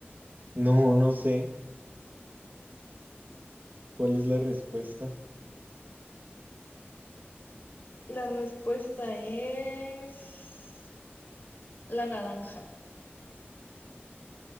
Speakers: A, on the right; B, on the left.
A: No, no sé. ¿Cuál es la respuesta?
B: La respuesta es la naranja.